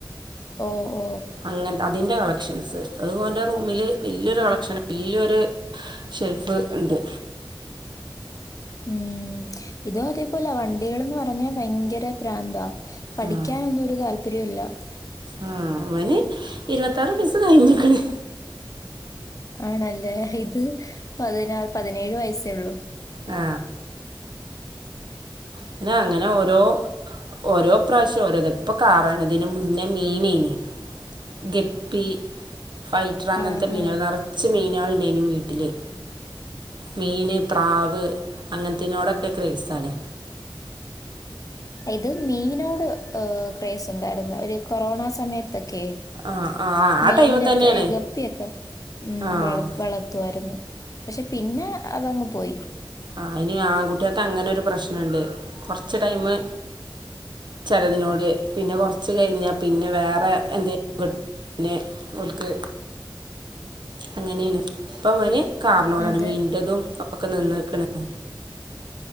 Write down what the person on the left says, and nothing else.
ഓ ഓ
മ് ഇത് അതേപോല വണ്ടികൾന്ന് പറഞ്ഞാ ഭയങ്ക റ്റെ പ്രാന്ത. പഠിക്കാനൊന്നും
ഒരു താൽപര്യുല്ല. <inaudible>
ആണ് ല്ലേ ഇത് പതിനാല് പതിനേഴ് വയസ്സേള്ളൂ
ആഹാ.
ഇത് മീനോട് എ ക്രേസ് ഉണ്ടായിരുന്നു ഒരു കൊറോണ സമയത്ത് ക്കെ
മീനൊക്കെ
ഗപ്പിയൊക്കെ ഉം
വള വളർത്തുവായിരുന്നു പക്ഷെ പിന്നെ അതങ്ങ് പോയി <inaudible>
അതെ.